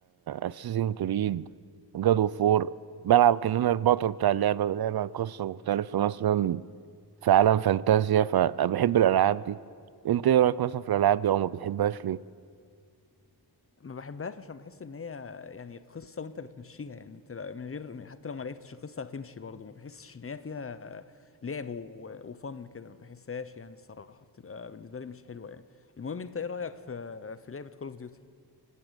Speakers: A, on the right; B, on the left.
A: أساسين كريد جاد أوف وور بلعب كأن أنا البطل بتاع اللعبة لعبة عن قصة مختلفة مثلا في عالم فانتازيا فبحب الألعاب دي أنت إيه رأيك مثلا في الألعاب دي أو ما بتحبهاش ليه؟
B: ما بحبهاش عشان بحس ان هي يعني قصه وانت بتمشيها يعني انت لا- من غير حتى لو ما لعبتش القصه هتمشي برضه ما بحسش ان هي فيها لعب و- وفن كده ما بحسهاش يعني الصراحه بتبقى بالنسبه لي مش حلوه يعني المهم انت ايه رايك في في لعبه كول اوف ديوتي